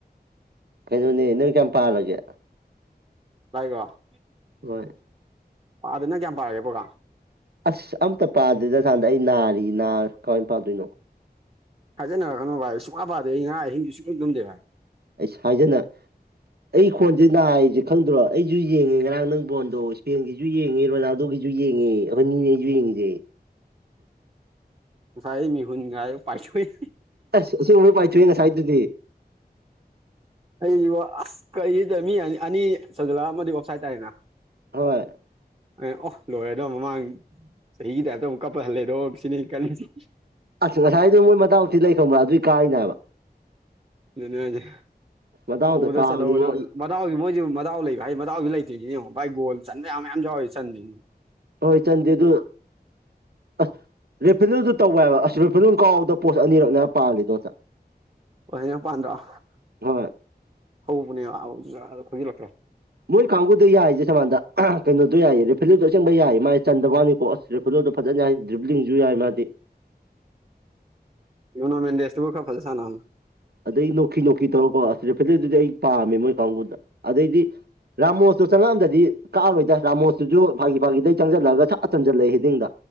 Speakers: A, on the right; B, on the right.
A: ꯀꯩꯅꯣꯅꯦ ꯅ‌ꯣꯏ ꯀꯌꯥꯝ ꯄꯥꯔꯒꯦ
B: ꯇꯥꯒ‌ꯦꯔ‌ꯣ
A: ꯍꯣꯏ
B: ꯄꯥꯗ‌ꯦꯗ ꯅꯪ ꯀꯌꯥꯝ ꯄꯥꯔꯒꯦ ꯄ‌ꯣꯔꯒꯔꯝ
A: ꯑꯁ ꯑꯝꯇ ꯄꯥꯗ‌ꯦꯗ ꯁꯥꯟꯇꯥ ꯑꯩ ꯅꯥꯔꯤꯌ‌ꯦ ꯅꯥꯔ ꯀꯃꯥꯏꯅ ꯄꯥꯗꯣꯏꯅꯣ
B: ꯍꯥꯏꯖꯟꯅꯔꯛꯀꯅ‌ꯣ ꯚꯥꯏ ꯁꯨꯡꯄ ꯄꯥꯗ‌ꯦ ꯑꯩ ꯉꯔꯥꯡ ꯑꯍꯤꯡꯁꯨ ꯁꯨꯛꯇꯨꯝ ꯇꯨꯝꯗꯦ‌ ꯚꯥꯏ
A: ꯏꯁ ꯍꯥꯏꯖꯤꯟꯅ ꯑꯩ ꯈꯣꯟꯁꯦ ꯅꯥꯏꯁꯦ ꯈꯪꯗ꯭ꯔꯣ ꯑꯩꯁꯨ ꯌꯦꯡꯉꯦ ꯉꯔꯥꯡ ꯅꯪ ꯕꯣꯟꯗꯣ ꯏꯁꯄꯦꯟꯒꯤ ꯁꯨ ꯌꯦꯡꯉꯤ ꯔꯣꯅꯥꯜꯗꯣꯒꯤꯁꯨ ꯌꯦꯡꯉꯤ ꯑꯩꯈ‌ꯣꯏꯅꯤꯅꯦ ꯑꯩꯁꯨ ꯌꯦꯡꯉꯤꯁꯦ
B: ꯉꯁꯥꯏꯗꯩ ꯃꯤꯍꯨꯟꯒꯁ‌ꯦ ꯄꯥꯏꯊ‌ꯣꯛ
A: ꯑꯁ ꯑꯁ‌ꯦꯡꯕꯩ ꯄꯥꯏꯊꯣꯛꯏ ꯉꯁꯥꯏꯗꯨꯗꯤ
B: ꯑꯩꯕꯨ ꯑꯁ ꯀꯔꯤꯅ‌ꯣ ꯇꯧꯔꯤꯁ‌ꯦ ꯃꯤꯅ ꯑꯅꯤ ꯆꯟꯁꯟꯂꯛ ꯑꯝꯃꯗꯤ ‌ꯑꯣꯞꯁꯥꯏ ꯇꯥꯥꯏꯗꯅ
A: ꯍꯣꯏ
B: ꯑꯦ ꯑꯣ ꯂꯣꯏꯔꯦꯗꯣ ꯃꯃꯥꯡ ꯆꯍꯤꯒꯤ ꯇꯥꯏꯞꯇ ꯑꯃꯨꯛ ꯀꯞꯄ ꯍꯜꯂꯦꯗꯣ ꯁꯤꯅꯤ ꯑꯩ ꯈꯜꯂꯤꯁꯤ
A: ꯑꯁ ꯉꯁꯥꯏꯗꯨ ꯃꯣꯏ ꯃꯗꯥꯎ ꯊꯤ ꯂꯩ ꯈꯪꯕ꯭ꯔꯥ ꯑꯗꯨꯏ ꯀꯥꯏꯅꯦ ꯍꯥꯏꯕ
B: ꯑꯗꯨꯅ‌ꯦ ꯍꯥꯏꯗꯤ
A: ꯃꯇꯥꯎꯗ
B: ꯍꯧꯕꯗ
A: ꯀꯥꯕꯅꯤꯉꯣ
B: ꯆꯠꯍꯧꯒꯗꯕ ꯃꯗꯥꯎꯗꯤ ꯃꯣꯏꯁꯨ ꯃꯗꯥꯎ ꯂꯩꯕ ꯍꯥꯏꯁ‌ꯦ ꯃꯗꯥꯎꯁꯨ ꯂꯩꯇꯔꯤꯁꯤꯅꯦ ꯌ‌ꯦꯡꯉꯨ ꯚꯥꯏ ꯒꯣꯜ ꯆꯟꯕ ꯌꯥꯕ ꯃꯌꯥꯝ ꯌꯥꯎꯔꯤ ꯆꯟꯗꯔꯤꯁꯤꯅꯤ
A: ꯍꯣꯏ ꯆꯟꯗꯦ ꯑꯗꯨ ꯑꯁ ꯔꯤꯐꯤꯜꯗꯨ ꯇꯧꯌ‌ꯦ ꯍꯥꯏꯕ ꯑꯁ ꯔꯤꯐꯤꯂꯜ ꯀꯥꯎꯕꯗ ꯄꯣꯠ ꯑꯅꯤꯔꯛꯅꯦ ꯍꯥꯏꯕ ꯄꯥꯜꯂꯤꯗꯣ ꯉꯁꯥꯏ
B: <unintelligible>
A: ꯍꯣꯏ ꯃꯣꯏ ꯀꯥꯡꯕꯨꯨꯗ ꯌꯥꯏꯁꯦ ꯁꯃꯥꯟꯗ ꯀꯩꯅꯣꯗꯣ ꯌꯥꯏꯌꯦ ꯔꯦꯐꯦꯂꯤꯗꯣ ꯑꯁꯦꯡꯕ ꯌꯥꯏꯌꯦ ꯃꯥꯗꯤ ꯆꯟꯗꯕꯒꯤ ꯋꯥꯅ‌ꯦꯀꯣ ꯑꯁ ꯐꯂꯣꯗꯣ ꯐꯖꯅ ꯌꯥꯏ ꯗ꯭ꯔꯤꯕ꯭ꯂꯤꯡꯁꯨ ꯌꯥꯏ ꯃꯥꯗꯤ
B: ꯔꯃꯥꯟꯅꯟꯗ ꯃ‌ꯦꯁ ꯇꯨꯒ ꯈꯔ ꯐꯖꯅ ꯁꯥꯟꯅ ꯍꯜꯂꯨ
A: ꯑꯗꯩ ꯅꯣꯛꯀꯤ ꯅꯣꯛꯀꯤ ꯇꯧꯔꯀꯣ ꯑꯁ ꯔꯦꯄꯦꯗꯨꯗꯤ ꯑꯩ ꯄꯥꯝꯃꯦ ꯃꯣꯏ ꯀꯥꯡꯕꯨꯗ ꯑꯗꯩꯗꯤ ꯔꯥꯃꯣꯁꯇꯣ ꯆꯪꯉꯛꯑꯝꯗꯗꯤ ꯀꯥꯔꯣꯏꯗ ꯔꯥꯃꯣꯁꯇꯨꯁꯨ ꯐꯥꯒꯤ ꯐꯥꯒꯤꯗꯩ ꯆꯪꯁꯤꯜꯂꯒ ꯁꯠ ꯆꯟꯁꯤꯜꯂꯛꯑꯦ ꯍ‌ꯦꯗꯤꯡ